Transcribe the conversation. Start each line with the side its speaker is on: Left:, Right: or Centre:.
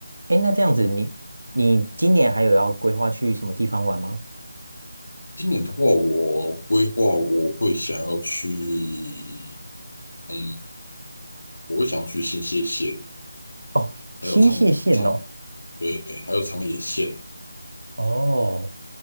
Right: 哎，那这样子你，你今年还有要规划去什么地方玩吗？
Left: 今年的话，我规划我会想要去，嗯，我会想要去新泻县，
Right: 哦，新泻县哦，
Left: 还有长长，对对，还有长野县，
Right: 哦，